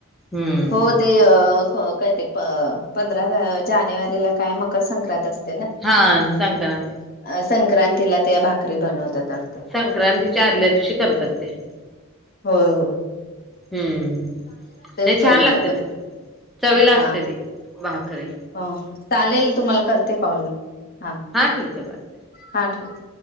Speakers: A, in the centre; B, on the left.
A: हम्म
B: हो ते अ काय ते पंधरा जानेवारीला काय मकर संक्रांत असते.
A: हा संक्रांत
B: अ संक्रांतीला त्या भाकरी भाकरी बनवतात. वाटतं.
A: संक्रांतीच्या आदल्या दिवशी करतात ते.
B: हो हो.
A: हम्म नाही
B: चवीला
A: छान लागते
B: पण
A: ते चवीला
B: हा.
A: असते ते भाकरीे.
B: हा हा. चालेल. तुम्हाला करते कॉल म हा
A: ठीक आहे बाय
B: हा ठेवा.